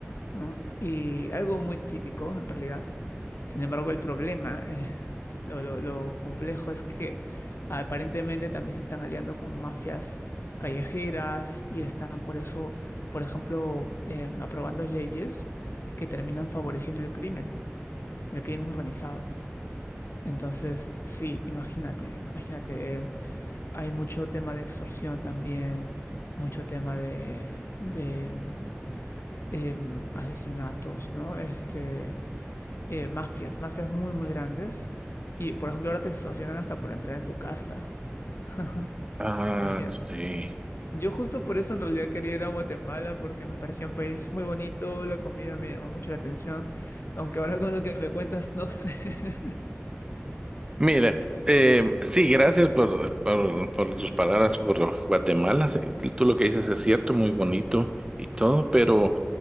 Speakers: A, on the left; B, on the right.
A: ¿no? Y algo muy típico en realidad. Sin embargo, el problema, eh, <laughs> lo, lo- lo complejo es que aparentemente también se están aliando con mafias callejeras y están por eso, por ejemplo, em, aprobando leyes que terminan favoreciendo el crimen el crimen organizado. Entonces, sí, imagínate, imagínate, eh, hay mucho tema de extorsión también, mucho tema de, de, mm, em, asesinatos, ¿no? Este, eh, mafias, mafias muy, muy grandes. Y, por ejemplo, ahora te extorsionan hasta por entrar en tu casa. <laughs>
B: Ah,
A: Imagínate.
B: sí.
A: Yo justo por eso en realidad quería ir a Guatemala porque me parecía un país muy bonito, la comida me llamó mucho la atención, aunque ahora con lo que me cuentas no sé. <laughs>
B: Mira,
A: Sí.
B: eh, sí, gracias por, por, por tus palabras por Guatemala. Sí, Tú lo que dices es cierto, muy bonito y todo, pero